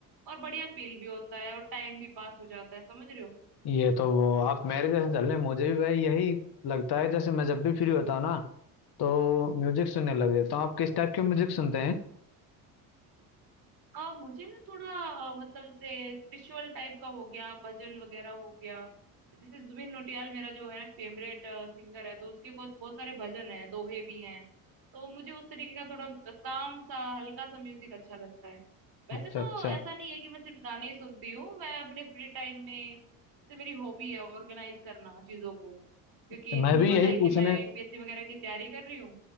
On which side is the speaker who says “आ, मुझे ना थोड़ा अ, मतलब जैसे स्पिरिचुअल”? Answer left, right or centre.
Right